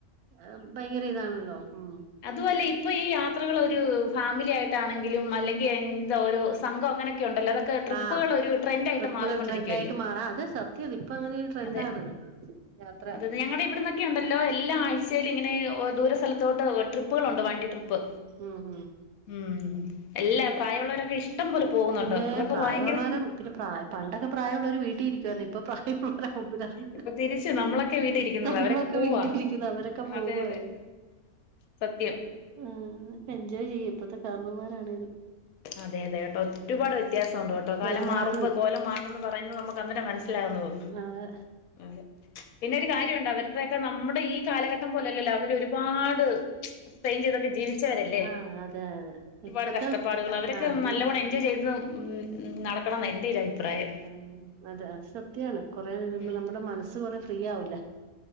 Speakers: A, on the right; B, on the left.
A: അ ഭയങ്കര ഇതാണല്ലോ ഉം.
B: അതു അല്ല ഇപ്പൊ ഈ യാത്രകള് ഒരു ഫാമിലി ആയിട്ടാണെങ്കിലും അല്ലെങ്കി എന്ത ഓരോ സംഘൊ അങ്ങനെ. ക്കെ ഉണ്ടല്ലോ അതൊക്കെ ട്രിപ്പുകളൊരു
A: ആഹ്
B: ട്രെൻഡായിട്ട്
A: ട്രിപ്പുകൾ
B: മാറിക്കൊണ്ടിരിക്കുവല്ലേ
A: ട്രെൻഡ് ആയിട്ട് മാറാം അത് സത്യം ഇപ്പൊ അങ്ങനെ ഒരു ട്രെൻഡാണത്
B: അതെ.
A: യാത്ര
B: അതതെ ഞങ്ങടെ ഇവിടുന്നൊ ക്കെ ഉണ്ടല്ലോ എല്ലാ ആഴ്ചയിലും ഇങ്ങനെ ഓ ദൂര സൽത്തോട്ടൊ ട്രിപ്പുകളുണ്ട് വണ്ടി ട്രിപ്പ്.
A: ഉം ഉം.
B: ഉം എല്ലാ പ്രായമുള്ളവരൊക്കെ ഇഷ്ടം പോലെ പോകുന്നുണ്ട്
A: പിന്നെ
B: ഇവരൊക്കെ
A: പ്രായമുള്ളവരെ
B: ഭയങ്കര.
A: പിന്നെ പ്രായ പണ്ടൊക്കെ പ്രായമുള്ളവരു വീട്ടി ഇരിക്കുവായിരുന്നു ഇപ്പൊ പ്രായം. <unintelligible>
B: ഇപ്പൊ തിരിച്ച് നമ്മളൊക്കെ വീട്ടി ഇരിക്കുന്നത്
A: നമ്മളൊക്കെ
B: അവരൊക്കെ പോവാ
A: വീട്ടീ ഇരിക്കുന്നു അവരൊക്കെ പോവാണ്.
B: അതെ അതെ സത്യം.
A: ഉം എൻജോയ് ചെയ്യും ഇപ്പത്തെ കാര്ണവമ്മാരാണേലും.
B: അതെ അതെ കേട്ടോ ഒരുപാട് വ്യത്യാസൊണ്ട് കേട്ടോ കാലം
A: ഒരുപാട്
B: മാറുമ്പോ കോലം മാറണംന്ന്. പറയുന്നത് നമുക്ക് അന്നേരം മനസ്സിലാവുന്നത്.
A: അതെ.
B: അതെ പിന്നെ ഒരു കാര്യോണ്ട് അവരുടെക്കെ നമ്മടെ ഈ കാലഘട്ടം പോലല്ലല്ലോ അവര് ഒരുപാട്. സ്ട്രൈൻ ചെയ്തൊക്കെ ജീവിച്ചവരല്ലേ
A: ആഹ് അതെ അതെ
B: ഒരുപാട്
A: ഇപ്പത്തെ
B: കഷ്ട പാടുകള് അവരൊക്കെ
A: ആഹ്
B: നല്ലവണ്ണം
A: ഇ
B: എൻജോയ് ചെയ്ത് ഉം ഉം നടക്കണംന്നാ എൻ്റെ ഒരു അഭിപ്രായം.
A: ആഹ് അതെ അത് സത്യാണ് കൊറേ <unintelligible> മ്പൊ
B: ഉം
A: നമ്മുടെ മനസ്സ് കൊറേ ഫ്രീയാവുല്ലെ.